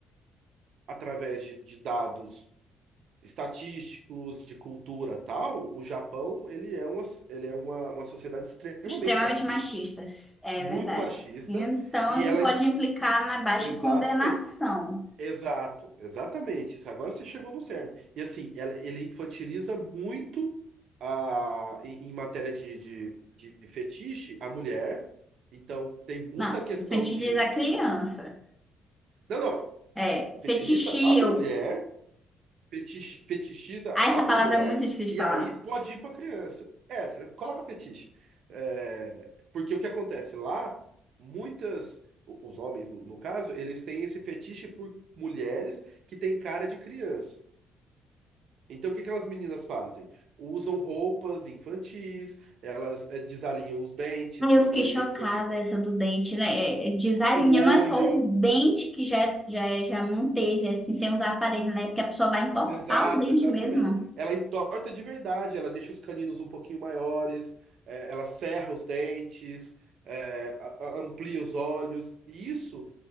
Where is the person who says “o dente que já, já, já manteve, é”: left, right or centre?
Centre